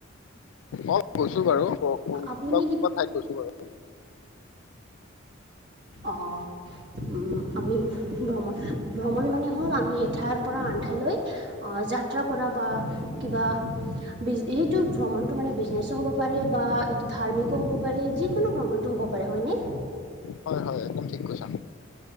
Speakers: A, on the left; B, on the right.
A: অঁ, গৈছো বাৰু। অঁ কোনোবা
B: আপুনি কি
A: কোনোবা ঠাইত গৈছো বাৰু।
B: অঁ। ওঁ আমি, ভ্ৰম---ভ্ৰমণ মানে হ'ল আমি এঠাইৰ পৰা আনঠাইলৈ অঁ যাত্ৰা কৰা বা কিবা বিজ সেইটো ভ্ৰমণ। এইটো মানে বিজনেছো হ'ব পাৰে বা এইটো ধাৰ্মিকো হ'ব পাৰে। যিকোনো ভ্ৰমণটো হ'ব পাৰে। হয়নে?
A: হয় হয়, একদম ঠিক কৈছা।